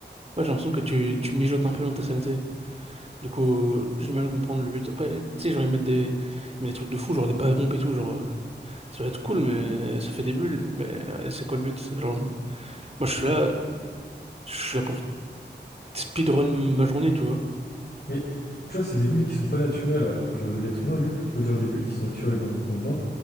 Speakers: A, on the right; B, on the left.
A: Ouais, j'ai l'impression que tu, tu mijotes un peu dans ta saleté. Du coup, j'ai du mal à comprendre le but. Après, tu sais, genre, ils mettent des, ils mettent des trucs de fou, genre des bains bombes et tout, genre, ça va être cool, mais ça fait des bulles, mais euh, c'est quoi le but? Genre, moi, je suis là, je suis là pour speedrun ma journée, tu vois.
B: Mais tu vois, c'est des bulles qui sont pas naturelles, alors que l'être humain, lui, peut produire des bulles qui sont naturelles dans, dans le bain.